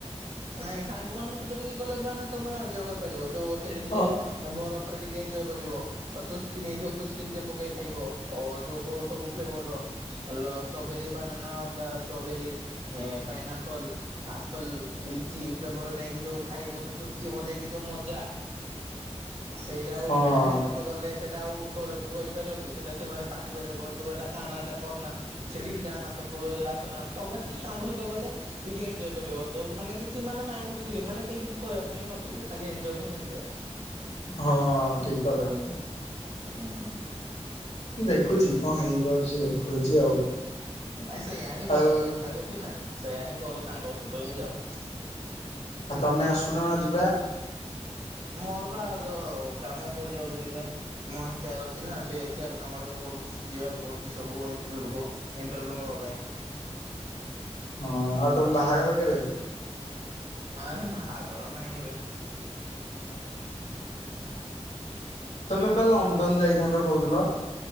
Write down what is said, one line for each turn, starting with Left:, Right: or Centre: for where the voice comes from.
Right: ନାଇଁ ସାଙ୍ଗ ମାନଙ୍କ ସହିତ ଟିକେ ଗଲେ ମାନେ ତମେ ଏଞ୍ଜୋୟ୍ କରିପାରିବ ଯୋଉ ସେଇଠି ଟିକେ
Left: ହଁ
Right: ଅ ବରଫରେ ଟିକେ ଏଞ୍ଜୋୟ୍ କରିବ। ଆଉ ଚୋସ୍କି ନେଇଥିବ ଚୁସ୍କି ଟିକେ ପକେଇ ଖାଇବ ଅ ଯୋଉ କଉ ସବୁ ଫ୍ଲେଭରର। ଲ ଷ୍ଟ୍ରବେରୀ ବନାନା ବା ଷ୍ଟ୍ରବେରୀ ଏଁ ପାଇନାପଲ ଆପଲ। ଲିଚି ଫ୍ଲେଭର ନେଇକି ଯୋଉ ଖାଇବ ଯୋଉ ଚୁସ୍କି ବନେଇକି ଯୋଉ ମଜା। ସେଇଟା ଆଉ
Left: ହଁ
Right: ଫ୍ୟାମିଲି ସହିତ ଗଲେ ସେଇଟା ଆଉ କ କଉ କରିପାରିବ କି ସେଟା ସେମାନେ ପାଟି କରୀବେ କହିବେ ତୁ ଏଟା ଖାନା ଏଟା କରନା ସେଠିକି ଯାନା ସେ କଉଠୁ ଏ ଆସୁନାହାନ୍ତି ତମେ ସେ ସାଙ୍ଗ ସହିତ ଗଲେ ଟିକେ ଏଞ୍ଜୋୟ୍ କରିବ ତ ମାନେ କିଛି ମାନେ ମାଇଣ୍ଡ ଏମାନେ କେହି କିଛି କହିବା ପାଇଁଁ ନଥିବେ ଖାଲି ଏଞ୍ଜୋଏ ହିଁ ଏଞ୍ଜୋଏ।
Left: ହଁ ଠିକ କଥା।
Right: ହୁଁ।
Left: ଦେଖୁଛି କଣ ହେଇପାରୁଛି ଦେଖୁଛି ଆଉ।
Right: ନାଇଁ ସେଇୟା ହିଁ କର
Left: ଆଉ
Right: ଦେଖା ଦୁଖି କି ନାଇଁ ସେଇୟା ହିଁ କର ସାଙ୍ଗ ସହିତ ହିଁ ଯାଅ।
Left: ଆଉ ତମେ ଆସୁନ ଯିବା।
Right: ମୋର ବା ଯୋଉ କାମ ପଡିଯାଉଛି ଟିକେ ମୁଁ ଏଚ ଆର ଅଛି ନା ସେ ଏଚ ଆର କାମ ଟିକେ ପଡୁଛି। ଯିବାକୁ ପଡୁଛି ସବୁ ଇନ୍ସଟ୍ଯୁଟ କୁ ଇଣ୍ଟରଭିୟୁ ନବା ପାଇଁ।
Left: ହଁ ଆଉ ତମ ବାହାଘର କେବେ?
Right: ଏଁ ବାହାଘର ନାହିଁ ଏବେ।
Left: ତମେ ପା ଲଣ୍ଡନ ଯାଇଥାନ୍ତ କହୁଥିଲ?